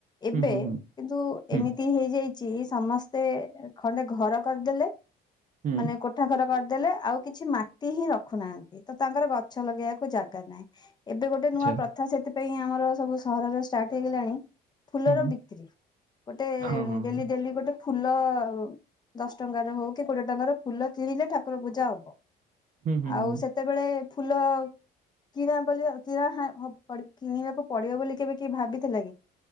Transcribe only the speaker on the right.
ହୁଁ ହୁଁ ହୁଁ
ହୁଁ
ହୁଁ
ଆଚ୍ଛା
ହୁଁ ହୁଁ
ହଁ ହଁ ହଁ
ହୁଁ ହୁଁ
ହୁଁ